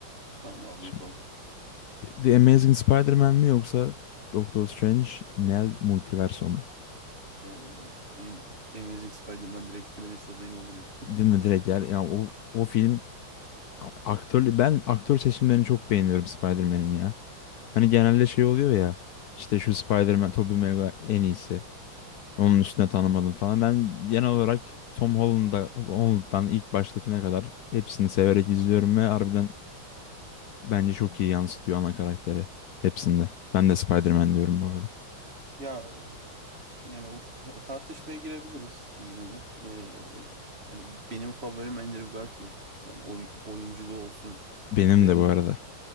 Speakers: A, on the right; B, on the left.
A: Tamam abi
B: Şimdi,
A: yapalım.
B: The Amazing Spider-Man mi yoksa Doktor Strange Nel Multiverso mu?
A: Ee, benim Amazing Spider-Man direkt finalist adayım olur ya. <laughs>
B: Değil mi direkt yani, yani o, o film Aktör, ben aktör seçimlerini çok beğeniyorum Spider-Man'in ya. Hani genelde şey oluyor ya işte şu Spider-Man Tobey Maguire en iyisi. Onun üstüne tanımadım falan. Ben genel olarak Tom Holland'a, Holland'dan ilk baştakine kadar hepsini severek izliyorum ve harbiden bence çok iyi yansıtıyor ana karakteri hepsinde. Ben de Spider-Man diyorum bu arada.
A: Ya yani o o tartışmaya girebiliriz yine de. Ee, yani benim favorim Andrew Garfield. Ben oyun, oyunculuğu olsun.
B: Benim
A: Bir de
B: de bu arada.